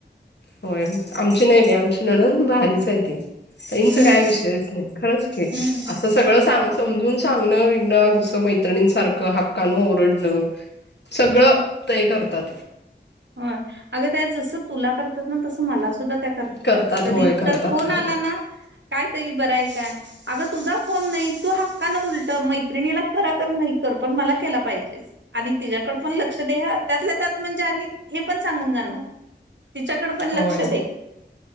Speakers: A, on the left (about 70°); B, on the right (about 80°).
A: होय, आमची नाही बाई आमची नणंद भारीच ती ताईंचा
B: हम्म
A: काय विषयच नाही खरचं. <unintelligible>
B: हम्म
A: असं सगळं सांग
B: होय.
A: समजून सांगणं बिगंण जसं मैत्रिणींसारखं हक्कानं ओरडणं सगळं ताई करतात.
B: ह अगं त्या जसं तुला करतात, ना तसं मला सुद्धा त्या
A: करतात
B: कधी
A: होय करतात
B: तर फोन
A: करतात.
B: आला ना, काय तरी बरं हाय काय? अगं तुझा फोन नाही, तू हक्कांन उलट मैत्रिणीला कर अगर नाही करा, पण मला केला पाहिजे. आणि तिच्याकडं पण लक्ष दे हं त्यातल्या त्यात म्हणजे, आणि हे पण सांगून जाणार तिच्याकडं पण लक्ष
A: होय
B: दे.